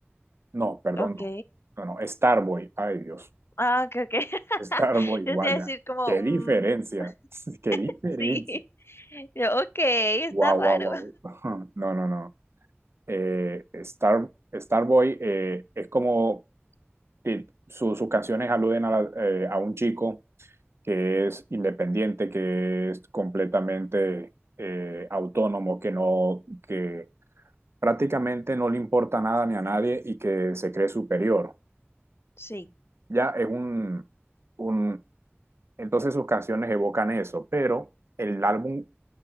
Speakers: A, on the right (about 65°); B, on the left (about 65°).
A: no, perdón,
B: Ok.
A: no, no, no, Starboy, ay Dios,
B: Ah, ok, ok. <laughs>
A: Starboy,
B: Yo
A: vaya,
B: te iba a decir como,
A: qué diferencia,
B: mm,
A: <laughs> qué diferencia,
B: Sí. <laughs> Yo, ok, está
A: wow,
B: raro.
A: wow, wow, <laughs> no, no, no, Eh, Star, Starboy eh, es como, eh, su- sus canciones aluden a, la- eh, a un chico que es independiente, que es completamente eh, autónomo, que no, que prácticamente no le importa nada ni a nadie y que se cree superior.
B: Sí.
A: Ya es un, un- Entonces sus canciones evocan eso, pero el álbum,